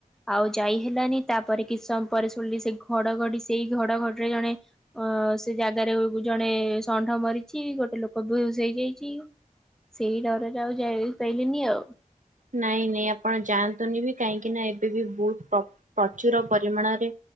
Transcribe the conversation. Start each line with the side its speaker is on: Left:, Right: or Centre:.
Centre: ଆଉ ଯାଇ ହେଲାନି ତାପରେ କିଛି ସମୟ ପରେ ଶୁଣିଲି ସେ ଘଡଘଡି ସେଇ ଘଡଘଡିରେ ଜଣେ ଅ ସେ ଜାଗାରେ ଜଣେ ଷଣ୍ଢ ମରିଛି ଗୋଟେ ଲୋକ ବେହୋଷ ହେଇଯାଇଛି। ସେଇ ଡରରେ ଆଉ ଯାଇ ପାଇଲିନି ଆଉ
Right: ନାଇଁ ନାଇଁ ଆପଣ ଯାଆନ୍ତୁନି ବି କାହିଁକି ନା ଏବେ ବି ବହୁତ ପ୍ରଚୁର ପରିମାଣରେ